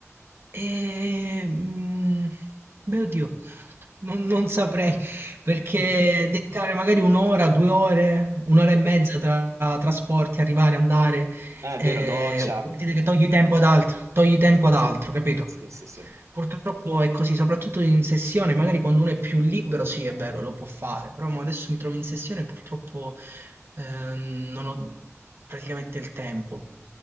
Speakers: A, on the right; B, on the right.
A: E... mm, Beh, oddio, non, non saprei, perché
B: <laughs>
A: dedicare magari un'ora, due ore, un'ora e mezza tra trasporti, arrivare, andare,
B: È
A: eh,
B: vero, doccia.
A: vuol dire che togli tempo ad altro, togli tempo
B: Sì,
A: ad
B: sì.
A: altro, capito?
B: Sì, sì, sì.
A: Purtroppo è così, soprattutto in sessione, magari quando uno è più libero, sì, è vero, lo può fare, però mo adesso mi trovo in sessione e purtroppo eh, non ho praticamente il tempo.